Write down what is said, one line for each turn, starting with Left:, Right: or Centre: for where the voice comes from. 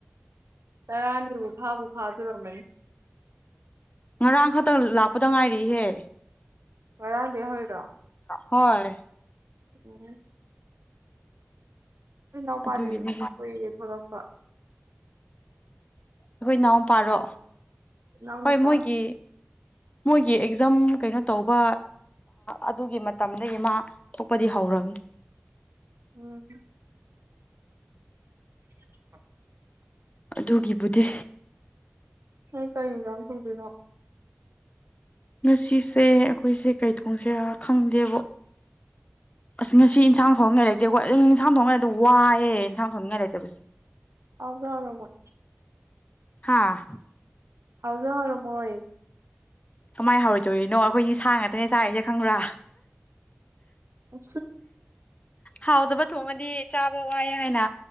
Right: ꯇꯔꯥꯅꯤꯕꯨ ꯐꯥꯕꯨ ꯐꯥꯗꯨꯣꯔꯝꯃꯅꯤ
Left: ꯉꯔꯥꯡ ꯈꯛꯇꯪ ꯂꯥꯛꯄꯗ ꯉꯥꯏꯔꯤꯍꯦ
Right: ꯋꯥꯔꯥꯡꯗꯦ ꯍꯧꯣꯏꯔꯣ
Left: ꯍꯣꯏ
Right: ꯎꯝ ꯑꯩꯈ ꯏꯅꯥꯎꯄꯥꯗꯤ
Left: ꯑꯗꯨꯒꯤꯅꯦ
Right: ꯀꯨꯏꯔꯦ ꯊꯣꯛꯂꯛꯄ
Left: ꯑꯩꯈꯣꯏ ꯅꯅꯥꯎ ꯄꯥꯔꯣ
Right: ꯏꯅꯥꯎꯅꯨꯄꯥ
Left: ꯍꯣꯏ ꯃꯣꯏꯒꯤ ꯃꯣꯏꯒꯤ ꯑꯦꯛꯖꯥꯝ ꯀꯩꯅꯣ ꯇꯧꯕ ꯑꯗꯨꯒꯤ ꯃꯇꯝꯗꯒꯤ ꯃꯥ ꯊꯣꯛꯄꯗꯤ ꯍꯧꯔꯝꯅꯤ
Right: ꯑꯣꯝ <unintelligible> <inaudible>
Left: ꯑꯗꯨꯒꯤꯕꯨꯗꯤ
Right: ꯅꯣꯏ ꯀꯔꯤ ꯏꯟꯖꯥꯡ ꯊꯣꯡꯗꯣꯏꯅꯣ
Left: ꯉꯁꯤꯁꯦ ꯑꯩꯈꯣꯏꯁꯦ ꯀꯩ ꯊꯣꯡꯁꯦꯔꯥ ꯈꯪꯗꯦꯕ ꯑꯁ ꯉꯁꯤ ꯏꯟꯁꯥꯡ ꯊꯣꯡꯅꯤꯡꯉꯥꯏ ꯂꯩꯇꯦꯀꯪ ꯏꯟꯁꯥꯡ ꯊꯣꯡꯅꯅꯤꯡꯉꯥꯏꯗ ꯋꯥꯏꯑꯦ ꯏꯟꯁꯥꯡ ꯊꯣꯡꯅꯤꯡꯉꯥꯏ ꯂꯩꯇꯕꯁꯦ
Right: ꯍꯧꯥꯎꯖꯣꯗ
Left: ꯍꯥꯥ
Right: ꯍꯥꯎꯖ ꯍ ꯃꯣꯏ
Left: ꯀꯃꯥꯏꯅ ꯍꯧꯔꯣꯏꯗꯣꯔꯤꯅꯣ ꯑꯩꯈꯣꯏꯅꯤ ꯁꯥꯡ ꯉꯥꯛꯇꯅꯦ ꯆꯥꯏꯔꯤꯁꯦ ꯈꯪꯕ꯭ꯔꯥ
Right: ꯑ
Left: ꯍꯥꯎꯗꯕ ꯊꯣꯡꯉꯗꯤ ꯆꯥꯕ ꯋꯥꯏ ꯍꯥꯏꯅ